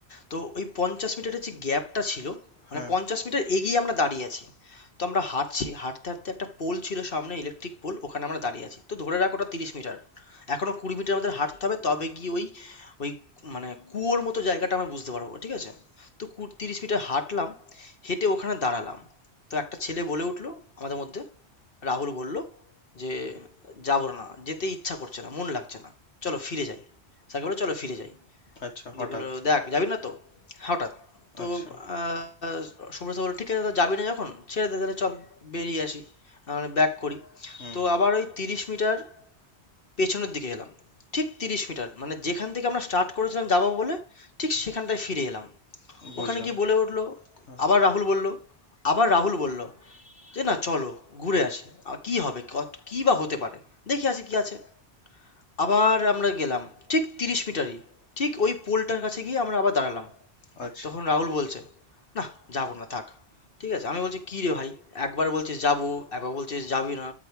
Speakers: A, on the left; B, on the left.
A: তো ওই পঞ্চাশ মিটারের যে গ্যাপটা ছিল মানে
B: হ্যাঁ
A: পঞ্চাশ মিটার এগিয়ে আমরা দাঁড়িয়ে আছি তো আমরা হাঁটছি হাঁটতে হাঁটতে একটা পোল ছিল সামনে ইলেকট্রিক পোল ওখানে আমরা দাঁড়িয়ে আছি তো ধরে রাখ ওটা তিরিশ মিটার এখনো কুড়ি মিটার আমাদের হাঁটতে হবে তবে গিয়ে ওই ওই মানে কুয়োর মতো জায়গাটা আমরা বুঝতে পারবো ঠিক আছে তো কু- তিরিশ মিটার হাঁটলাম হেঁটে ওখানে দাঁড়ালাম তো একটা ছেলে বলে উঠলো আমাদের মধ্যে রাহুল বলল যে যাবো না যেতে ইচ্ছা করছে না মন লাগছে না চলো ফিরে যাই স্যারকে বলে চলো ফিরে যাই
B: আচ্ছা
A: দি
B: হঠাৎ
A: বললো দেখ যাবি না তো হঠাৎ তো
B: আচ্ছা
A: আহ, সুব্রত বললো ঠিক আছে তো যাবি না যখন ছেড়ে দে তাহলে চল বেরিয়ে আসি আহ, মানে ব্যাক করি
B: হুম
A: তো আবার ওই তিরিশ মিটার পেছনের দিকে এলাম ঠিক তিরিশ মিটার মানে যেখান থেকে আমরা স্টার্ট করেছিলাম যাবো বলে ঠিক সেখানটায় ফিরে এলাম
B: বুঝলাম
A: ওখানে গিয়ে বলে উঠলো
B: হ্যাঁ,
A: আবার রাহুল বলল আবার রাহুল বলল যে না চলো ঘুরে আসি আর কি হবে কত- কি বা হতে পারে দেখি আছে কি আছে আবার আমরা গেলাম ঠিক তিরিশ মিটারই ঠিক ওই পোলটার কাছে গিয়ে আমরা আবার দাঁড়ালাম
B: আচ্ছা
A: তখন রাহুল বলছে না যাবো না থাক ঠিক আছে আমি বলছি কি রে ভাই একবার বলছিস যাবো একবার বলছিস যাবি না